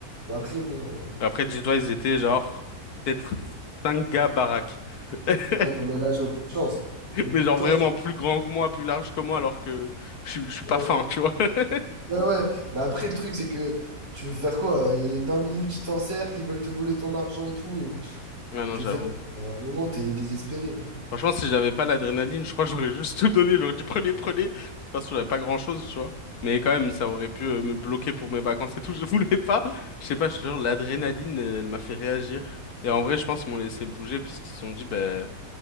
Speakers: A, on the right; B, on the left.
A: Mais après, bon.
B: <laughs> après, dis-toi, ils étaient genre peut-être cinq gars baraques. <laughs>
A: euh, ouais, non, mais là, j'ai aucune chance. J'ai aucune
B: Mais genre
A: chance.
B: vraiment plus grand que moi, plus large que moi, alors que je, suis- je suis
A: Ouais.
B: pas fin, tu vois. <laughs>
A: Ouais, ouais. Mais après, le truc, c'est que tu veux faire quoi? Et 20 minutes, ils t'encerclent, ils veulent te voler ton argent et tout.
B: Ouais, non,
A: Tu
B: j'avoue.
A: veux faire quoi À un moment, t'es désespéré.
B: Franchement, si j'avais pas l'adrénaline, je crois que j'aurais juste tout donné. J'aurais dit prenez, prenez. De toute façon, j'avais pas grand-chose, tu vois. Mais quand même, ça aurait pu euh, me bloquer pour mes vacances et tout. <laughs> Je voulais pas. Je sais pas, je te jure, l'adrénaline, euh, elle m'a fait réagir. Et en vrai, je pense qu'ils m'ont laissé bouger parce qu'ils se sont dit, ben,